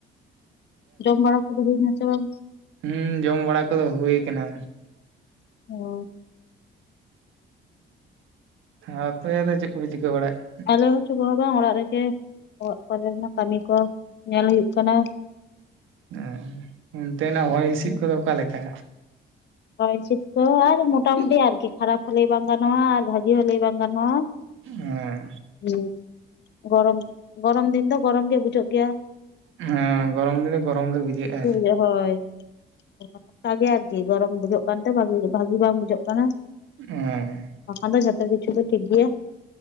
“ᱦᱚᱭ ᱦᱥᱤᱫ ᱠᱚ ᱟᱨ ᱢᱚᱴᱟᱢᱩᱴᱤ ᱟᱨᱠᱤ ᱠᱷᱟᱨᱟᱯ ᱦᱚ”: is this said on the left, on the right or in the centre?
Left